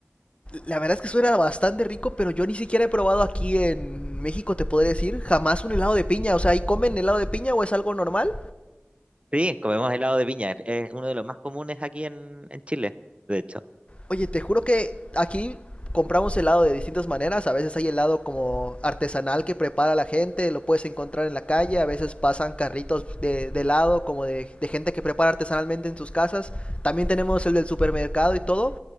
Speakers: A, on the left; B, on the right.
A: La verdad es que suena bastante rico, pero yo ni siquiera he probado aquí en México, te podré decir, jamás un helado de piña. O sea, ¿ahí comen helado de piña o es algo normal?
B: Sí, comemos helado de piña, es, es uno de los más comunes aquí en, en Chile, de hecho.
A: Oye, te juro que aquí compramos helado de distintas maneras. A veces hay helado como artesanal que prepara la gente, lo puedes encontrar en la calle. A veces pasan carritos de, de helado, como de, de gente que prepara artesanalmente en sus casas. También tenemos el del supermercado y todo